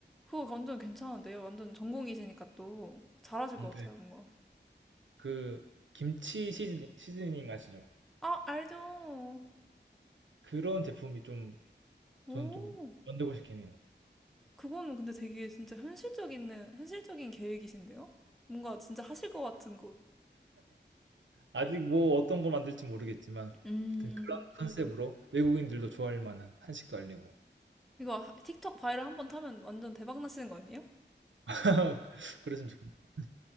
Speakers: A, in the centre; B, on the right.
A: 그거 완전 괜찮은데요. 완전 전공이시니까 또 잘하실 것
B: 음 네.
A: 같아요, 뭔가.
B: 그 김치 시즈 시즈닝 아시죠?
A: 아, 알죠.
B: 그런 제품이 좀
A: 오,
B: 저는 좀 만들고 싶긴 해요.
A: 그거는 근데 되게 진짜 현실적인, 현실적인 계획이신데요? 뭔가 진짜 하실 것 같은 곳.
B: 아직 뭐 어떤 거 만들지 모르겠지만
A: 음,
B: 아무튼 그런 컨셉으로 외국인들도 좋아할 만한 한식도 알리고
A: 이거 하- 틱톡 바이럴 한번 타면 완전 대박 나시는 거 아니에요?
B: <laughs> 그랬으면 좋겠다.